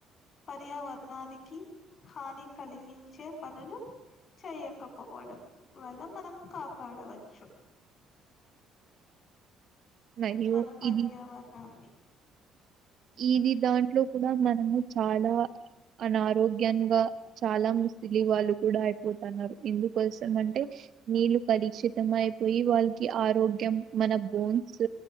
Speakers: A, on the left (about 50°); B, on the right (about 60°).
A: పర్యావర దానికి హాని కలిగించే పనులు చేయకపోవడం వల్ల మనము కాపాడవచ్చు
B: మరియు
A: మన పర్యావరణాన్ని
B: ఇది ఇది దాంట్లో కూడా మనము చాలా అనారోగ్యంగా చాలా ము ముసలి వాళ్ళు కూడా అయిపోతన్నారు ఎందుకోసం అంటే నీళ్ళు కలుషి తం అయిపోయి వాళ్ళకి ఆరోగ్యం మన బోన్స్